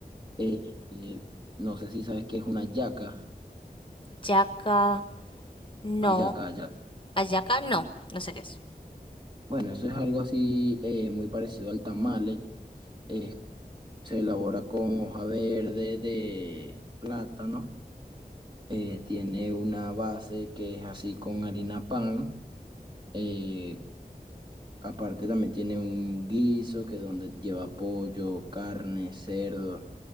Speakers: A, on the right; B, on the left.
A: Eh, eh, no sé si sabes qué es una yaca,
B: Yaca, no.
A: ayaca, ayaca.
B: Ayaca, no. No sé qué es.
A: Bueno, eso es algo así eh, muy parecido al tamale. Es- se elabora con hoja verde de plátano. Eh, tiene una base que es así con harina pan. Eh, aparte también tiene un guiso que donde lleva pollo, carne, cerdo,